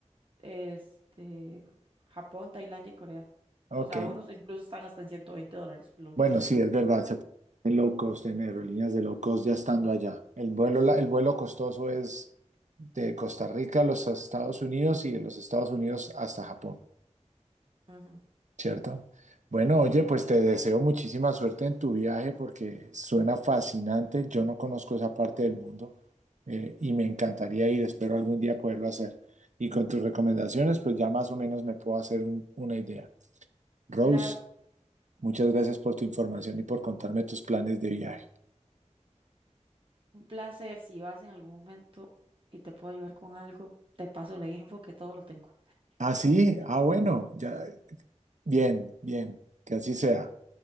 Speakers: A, on the right; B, on the right.
A: este Japón, Tailandia y Corea.
B: Ok,
A: O sea, unos incluso están hasta en 120 dólares, fue lo último
B: Bueno, sí,
A: que vi.
B: es verdad, se pueden low cost en aerolíneas de low cost ya estando allá. El vuelo, la- el vuelo costoso es de Costa Rica a los Estados Unidos y de los Estados Unidos hasta Japón,
A: Ujú.
B: ¿cierto? Bueno, oye, pues te deseo muchísima suerte en tu viaje porque suena fascinante. Yo no conozco esa parte del mundo eh, y me encantaría ir, espero algún día poderlo hacer. Y con tus recomendaciones, pues ya más o menos me puedo hacer un- una idea. Rose,
A: Claro,
B: muchas gracias por tu información y por contarme tus planes de viaje.
A: un placer. Si vas en algún momento y te puedo ayudar con algo, te paso la info que todo lo tengo.
B: Ah, sí, ah, bueno, ya, bien, bien, que así sea.